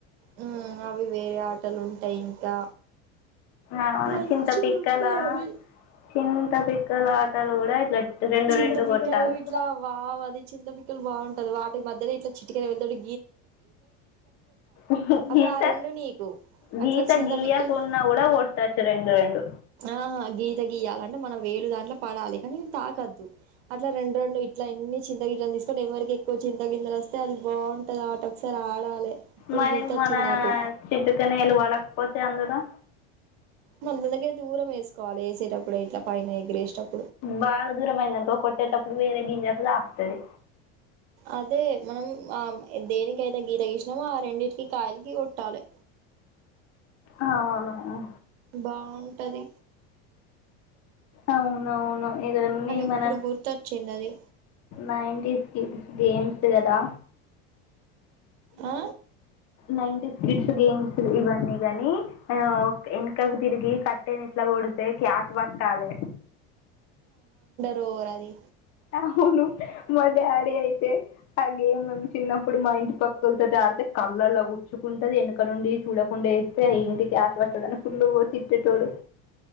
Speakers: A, on the right; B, on the left.
A: హ్మ్ అవి వేరే ఆటలు ఉంటాయి ఇంకా
B: అవును
A: మంచివి
B: చింత పిక్కల
A: ఉంటయిఅవి
B: చింత పిక్కల ఆటలు కూడా ఇట్లా రెండు
A: చింతపిక్కలు
B: రెండు కొట్టాలి
A: ఇట్లా వావ్ అది చింతపిక్కలు బాగుంటది వాటి మధ్యర ఇట్లా చిట్టుకనవేలు తోటి
B: ఇంక
A: అప్పుడు ఆ రెండు నీకు
B: గీత
A: అట్లా చింతపిక్కలు
B: గీయకున్న కూడా కొట్టొచ్చు రెండు రెండు
A: ఆహా గీత గీయాలంటే మనం వేలు దాంట్లో పడాలి కానీ తాకద్దు అట్లా రెండు రెండు ఇట్ల ఇన్ని చింత గింజలు తీసుకుంటే ఎవరికి ఎక్కువ చింత గింజలు వస్తే అది బాగుంటది ఆట ఒకసారి ఆడాలి ఇప్పుడు
B: మరి
A: గుర్తొచ్చింది
B: మన
A: నాకు
B: చిట్టుకనేలు పడకపోతే అందులో
A: మన దందగే దూరం వేసుకోవాల వేసేటప్పుడు ఇట్లా పైన ఎగరేసేటప్పుడు
B: బాగా దూరం అయిందనుకో కొట్టేటప్పుడు వేరే గింజకు తాకుతుది
A: అదే మనం ఆ దేనికి అయితే గీత గీసినామో ఆ రెండింటికి కాయకి కొట్టాలి
B: ఆ అవునవును
A: బాగుంటాది
B: అవునవును ఇవన్నీ
A: ఇప్పుడు
B: మనం
A: గుర్తొచ్చింది అది
B: నైన్టీస్ కీ గేమ్ తువటా
A: ఆ
B: నైన్టీస్ కిడ్స్ గేమ్స్ ఇవన్నీ గాని ఆ ఓకే వెనుకకు తిరిగి కట్ తిన్ ఇట్లా కొడితే కాస్ పట్టాలే
A: పోరాది
B: అవును మా డాడీ అయితే ఆ గేమ్ ను చిన్నప్పుడు మా ఇంటి పక్క క్కల తోటి ఆడితే కళ్ళలో గుచ్చుకుంటాది వెనక నుండి చూడకుండా వేస్తే ఏంటి ఫుల్ తిట్టెటొడు